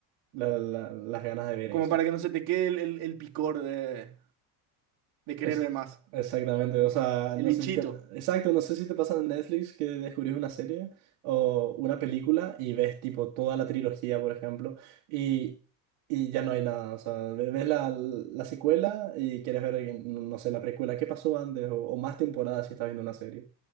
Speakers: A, on the right; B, on the right.
A: la- la- las ganas de ver
B: como
A: eso.
B: para que no se te quede el, el- el picor de, de querer
A: Ex-
B: ver más,
A: exactamente, o sea,
B: el
A: no
B: bichito.
A: sé si te... Exacto, no sé si te pasa en Netflix que descubrís una serie o una película y ves tipo toda la trilogía, por ejemplo, y, y ya no hay nada, o sea, ve- ves la, la secuela y quieres ver, no no sé, la precuela, qué pasó antes o, o más temporadas si estás viendo una serie,